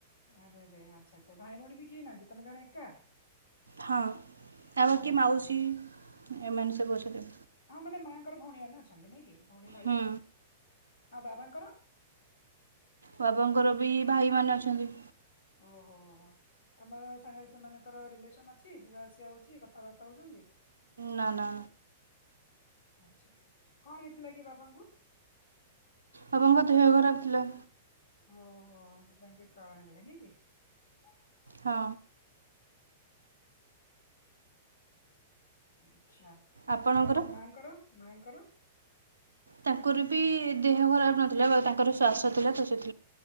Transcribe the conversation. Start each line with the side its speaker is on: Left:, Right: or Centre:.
Left: ଆରେରେ ଆଚ୍ଛା ଆଚ୍ଛା ଭାଇ ଭଉଣୀ ବି କେହି ନାହାନ୍ତି ତମେ ଜଣେ ଏକା।
Right: ହଁ ଆଉ
Left: ଓହୋ
Right: ବାକି ମାଉସି। ଏମାନେ ସବୁ ଅଛନ୍ତି।
Left: ହଁ ମାନେ ମାଆଙ୍କର ଭଉଣୀମାନେ ଅଛନ୍ତି ନାଇଁ କି। ଭଉଣୀ ଭାଇ
Right: ହୁଁ
Left: ଅଛନ୍ତି। ଆଉ ବାବାଙ୍କର?
Right: ବାବାଙ୍କର ବି ଭାଇମାନେ ଅଛନ୍ତି।
Left: ଓହୋ ତମର ସାଙ୍ଗରେ ସେମାନଙ୍କର ରିଲେସନ ଅଛି ଯିବା ଆସିବା ହଉଛି କଥାବାର୍ତ୍ତା ହଉଛନ୍ତି।
Right: ନା ନା।
Left: ଆଛା ଆଛା କଣ ହେଇଥିଲା କି ବାବାଙ୍କୁ?
Right: ବାବାଙ୍କ ଦେହ ଖରାପ ଥିଲା।
Left: ଓହୋ-। <unintelligible>
Right: ହଁ।
Left: ହୁଁ। ଆଛା
Right: ଆପଣଙ୍କର
Left: ଆଉ ମାଙ୍କର ମାଙ୍କର।
Right: ତାଙ୍କର ବି ଦେହ ଖରାପ ନଥିଲା ବା ତାଙ୍କର ଶ୍ୱାସ ଥିଲା ତ ସେଥିପାଇଁ।